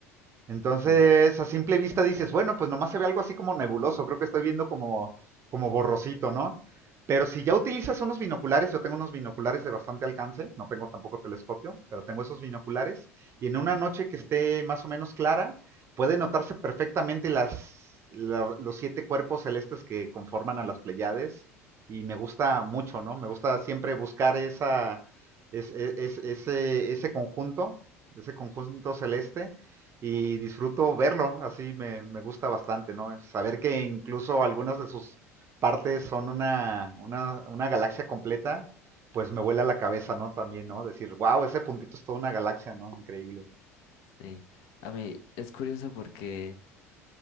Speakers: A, on the right; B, on the left.
A: Entonces,
B: Sí.
A: a simple vista dices, bueno, pues nomás se ve algo así como nebuloso, creo que estoy viendo como, como borrosito, ¿no? Pero si ya utilizas unos binoculares, yo tengo unos binoculares de bastante alcance, no tengo tampoco telescopio, pero tengo esos binoculares, y en una noche que esté más o menos clara, puede notarse perfectamente las, la- los siete cuerpos celestes que conforman a las Pleiades, y me gusta mucho, ¿no? Me gusta siempre buscar esa, es- es- ese, ese conjunto, ese conjunto celeste, y disfruto verlo, así me, me gusta bastante, ¿no? Saber que incluso algunas de sus partes son una, una, una galaxia completa, pues me vuela la cabeza, ¿no? También, ¿no? Decir, wow, ese puntito es toda una galaxia, ¿no? Increíble.
B: Sí, a mí es curioso porque